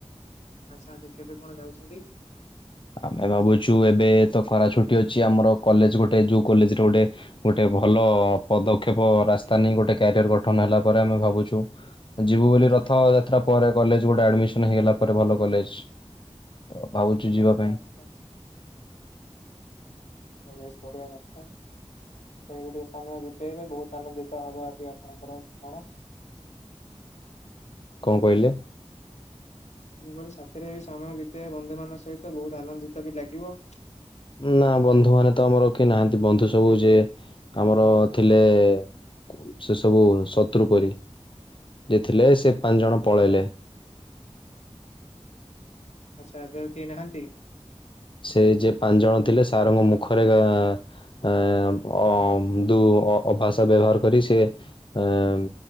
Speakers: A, on the left; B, on the left.
A: ଆଚ୍ଛା ଆଚ୍ଛା କେବେ କଣ ଯାଉଛନ୍ତି?
B: ଆମେ ଭାବୁଛୁ ଏବେ ତ ଖରା ଛୁଟି ଅଛି ଆମର କଲେଜ ଗୋଟେ ଯୋଉ କଲେଜରେ ଗୋଟେ ଗୋଟେ ଭଲ ପଦକ୍ଷେପ ରାସ୍ତା ନେଇ ଗୋଟେ କ୍ୟାରିୟର ଗଠନ ହେଲା ପରେ ଆମେ ଭାବୁଛୁ ଯିବୁ ବୋଲି ରଥଯାତ୍ରା ପରେ କଲେଜ ଗୋଟେ ଆଡମିସନ ହେଇଗଲା ପରେ ଭଲ କଲେଜ। ତ ଭାବୁଛୁ ଯିବା
A: ଆଚ୍ଛା
B: ପାଇଁ
A: ଆଚ୍ଛା। ବେଶ ବଢିଆ କଥା। ସେ ବି ଟିକେ ସମୟ ବିତେଇବ ବହୁତ ଆନନ୍ଦିତ ହବ ଅତି ଆପଣଙ୍କର ମଣ।
B: କଣ କହିଲେ?
A: ମୁଁ କହିଲି ସାଥିରେ ବି ସମୟ ବିତେଇ ବନ୍ଧୁ ମାନଙ୍କ ସହିତ ବହୁତ ଆନନ୍ଦିତ ବି ଲାଗିବ।
B: ନା ବନ୍ଧୁ ମାନେ ତ ଆମର କେ ନାହାଁନ୍ତି ବନ୍ଧୁ ସବୁ ଯେ ଆମର ଥିଲେ କୁ ସେ ସବୁ ଶତୃ ପରି। ଯେ ଥିଲେ ସେ ପାଞ୍ଚ
A: ଆଚ୍ଛା
B: ଜଣ
A: ଆଚ୍ଛା।
B: ପଳେଇଲେ।
A: ଆଚ୍ଛା ଏବେ ଆଉ କେ ନାହାଁନ୍ତି?
B: ସେ ଯିଏ ପାଞ୍ଚ ଜଣ ଥିଲେ ସାରଙ୍କ ମୁଖରେ ଆଁ ଏଁ ଅ ଦୁ ଅ ଅଭାଷା ବ୍ୟବହାର କରି ସେ ଏମ